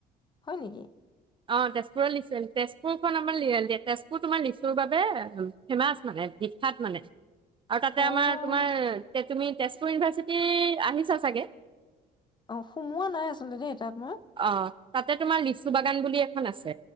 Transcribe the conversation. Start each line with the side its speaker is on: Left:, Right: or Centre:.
Left: হয় নেকি?
Right: অ, তেজপুৰৰ লিচু আছিল, তেজপুৰ এইখন আমাৰ, তেজপুৰ তোমাৰ লিচুৰ বাবে ফেমাচ মানে বিখ্যাত মানে। আৰু তাতে
Left: অ',
Right: আমাৰ, তোমাৰ তে তুমি তেজপুৰ ইউনিভাৰ্চিটি আহিছা চাগে।
Left: অ, সোমোৱা নাই আচলতে দেই <unintelligible>
Right: অ তাতে তোমাৰ লিচু বাগান বুলি এখন আছে